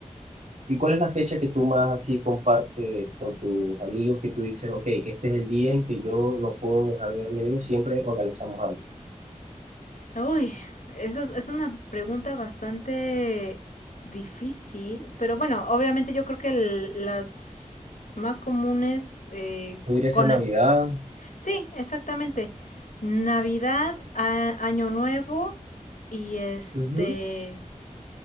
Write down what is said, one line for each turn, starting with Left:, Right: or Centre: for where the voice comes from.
Right: ¿Y cuál es la fecha que tú más así compartes con tus amigos que tú dices, ok, este es el día en que yo no puedo dejar de ver a mi amigo, siempre organizamos algo?
Left: Uy, eso es, es una pregunta bastante difícil, pero bueno, obviamente yo creo que el- las más comunes eh,
Right: ¿Podría
Left: co- con...
Right: ser Navidad?
Left: am- Sí, exactamente. Navidad, a- Año Nuevo y este...
Right: Ujú.